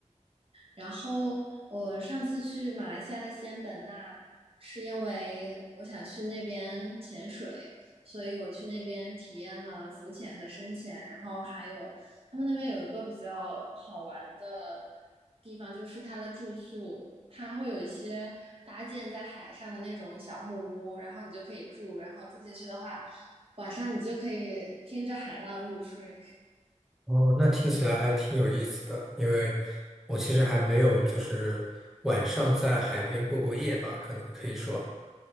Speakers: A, on the right; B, in the centre.
A: 然后我上次去马来西亚的仙本那，是因为我想去那边潜水，所以我去那边体验了浮潜和深潜。然后还有他们那边有一个比较好玩的地方，就是它的住宿，它会有一些搭建在海上的那种小木屋，然后你就可以住，然后住进去的话，晚上你就可以听着海浪入睡。
B: 哦，那听起来还挺有意思的，因为我其实还没有就是晚上在海边过过夜吧，可能可以说。